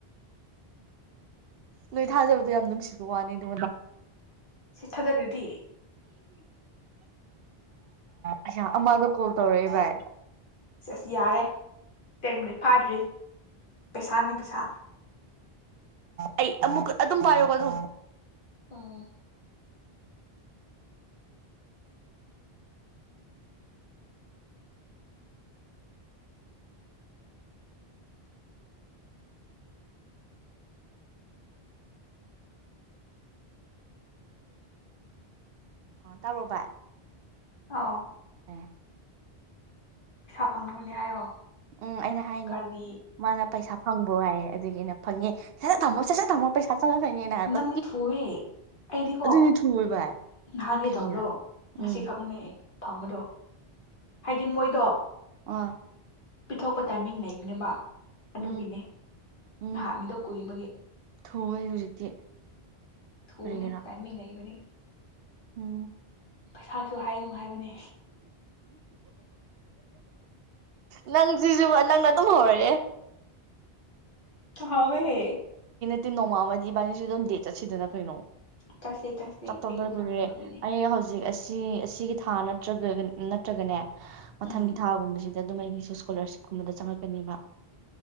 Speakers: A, on the right; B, on the left.
A: ꯅꯣꯏ ꯊꯥꯖꯕꯗꯣ ꯌꯥꯝ ꯅꯨꯡꯁꯤꯕ ꯋꯥꯅꯤ ꯑꯗꯨ
B: ꯁꯤ ꯊꯥꯖꯗꯔꯗꯤ
A: ꯑꯋꯥ ꯑꯃꯥꯗꯣ ꯀꯣꯜ ꯇꯧꯔꯦ ꯚꯥꯏ
B: ꯑꯁ ꯌꯥꯔꯦ ꯇꯦꯟ ꯃꯤꯅꯤꯠ ꯐꯥꯗ꯭ꯔꯤ ꯄꯩꯁꯥꯅꯦ ꯄꯦꯁꯥ
A: ꯑꯩ ꯑꯃꯨꯛ ꯑꯗꯨꯝ ꯄꯥꯏꯌꯣ ꯑꯗꯨꯝ
B: ꯎꯝ
A: ꯑ ꯇꯥꯕꯔꯣ ꯚꯥꯏ
B: ꯑꯥꯎ
A: <unintelligible>
B: ꯄꯩꯁꯥ ꯐꯪꯅꯕꯅꯦ ꯍꯥꯏꯌꯣ
A: ꯎꯝ ꯑꯩꯅ ꯍꯥꯏꯅꯦ
B: ꯀꯔꯤ
A: ꯃꯥꯅ ꯄꯩꯁꯥ ꯐꯪꯕꯔꯣ ꯋꯥꯏꯌꯦ ꯑꯗꯨꯒꯤ ꯑꯩꯅ ꯐꯪꯉꯦ ꯁꯁꯠ ꯊꯝꯃꯣ ꯁꯁꯠ ꯊꯝꯃꯣ ꯄꯩꯁꯥ ꯆꯪꯉꯛꯀꯅꯤꯅ ꯍꯥꯏꯕ
B: ꯅꯪꯗꯤ ꯊꯨꯑꯦ ꯑꯩꯗꯤꯀꯣ
A: ꯑꯗꯨꯅꯤ ꯊꯨꯋꯦ ꯚꯥꯏ
B: ꯅꯍꯥꯟꯒ
A: ꯀꯩꯒꯤꯔꯥ
B: ꯇꯧꯕꯂꯣ ꯉꯁꯤꯈꯛꯅꯦ
A: ꯎꯝ
B: ꯐꯪꯕꯗꯣ ꯍꯥꯏꯗꯤ ꯃꯣꯏꯗꯣ
A: ꯑ
B: ꯄꯤꯊꯣꯛꯄ ꯇꯥꯏꯃꯤꯡ ꯂꯩꯕꯅꯦꯕ ꯑꯗꯨꯒꯤꯅꯦ
A: ꯎꯝ ꯎꯝ
B: ꯅꯍꯥꯛꯅꯤꯗꯣ ꯀꯨꯏꯕꯒ
A: ꯊꯨꯋꯦ ꯍꯧꯖꯤꯛꯇꯤ
B: ꯊꯨꯕꯅꯦ
A: ꯀꯔꯤꯒꯤꯔꯥ
B: ꯇꯥꯏꯃꯤꯡ ꯂꯩꯕꯅꯦ
A: ꯎꯝ
B: ꯄꯩꯁꯥꯁꯨ ꯍꯥꯏꯅꯨ ꯍꯥꯏꯕꯅꯦ
A: ꯅꯪ ꯁꯤꯁꯨ ꯅꯪꯅ ꯑꯗꯨꯝ ꯍꯧꯔꯦ
B: ꯍꯥꯎ ꯍ ꯍꯦ
A: ꯇꯤꯟ ꯅꯣꯡꯃ ꯑꯃꯗꯤ ꯏꯕꯥꯅꯤꯁꯨ ꯑꯗꯨꯝ ꯗꯦꯠ ꯆꯠꯁꯤꯗꯅ ꯀꯩꯅꯣ
B: ꯆꯠꯁꯦ ꯆꯠꯁꯦ
A: ꯆꯠꯇꯕꯥ
B: ꯑꯩꯗꯣ
A: ꯁꯨ ꯀꯨꯏꯔꯦꯑꯩ
B: ꯁꯪꯅꯕꯒꯤꯅꯦ
A: ꯍꯧꯖꯤꯛ ꯁꯤ ꯑꯁꯤꯒꯤ ꯊꯥ ꯅꯠꯇ꯭ꯔꯒ ꯅꯠꯇ꯭ꯔꯒꯅꯦ ꯃꯊꯪꯒꯤ
B: ꯎꯝ
A: ꯊꯥꯒꯨꯝꯕꯁꯤ ꯑꯗ ꯑꯗꯨꯝ ꯑꯩꯒꯤꯁꯨ ꯏꯁꯀꯣꯂꯥꯔꯁꯤꯞꯀꯨꯝꯕꯗ ꯆꯪꯉꯛꯀꯅꯦꯕ